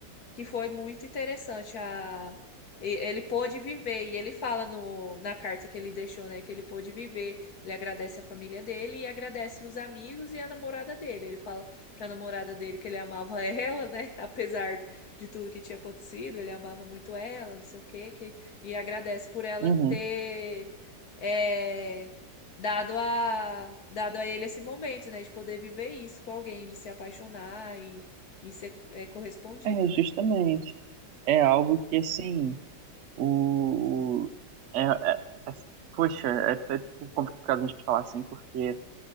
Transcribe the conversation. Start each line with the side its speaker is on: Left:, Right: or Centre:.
Left: que foi muito interessante a e- ele pôde viver e ele fala no, na carta que ele deixou, né, que ele pôde viver. Ele agradece a família dele e agradece os amigos e a namorada dele. Ele fala pra namorada dele que ele amava ela, né, <laughs> apesar de tudo que tinha acontecido, ele amava muito ela, não sei o quê, que, e agradece por ela
Right: Uhum.
Left: ter é, dado a dado a ele esse momento, né, de poder viver isso com alguém, de se apaixonar e e ser é, correspondido,
Right: É,
Left: né?
Right: justamente. É algo que, assim, o... É, é- é- poxa, é até tipo, complicado a gente falar assim, porque,